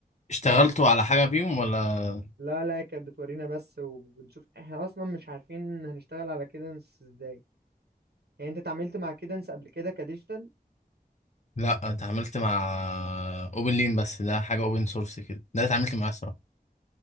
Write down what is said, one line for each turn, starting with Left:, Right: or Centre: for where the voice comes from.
Left: اشتغلتوا على حاجه فيهم ولا
Right: لا لا كانت بتورينا بس وبنشوف احنا اصلا مش عارفين هنشتغل على كيدنس ازاي يعني انت اتعاملت مع كيدنس قبل كده كديجيتال
Left: لا اتعاملت مع اوبن لين بس ده حاجه اوبن سورس كده ده اللي اتعاملت معاه الصراحه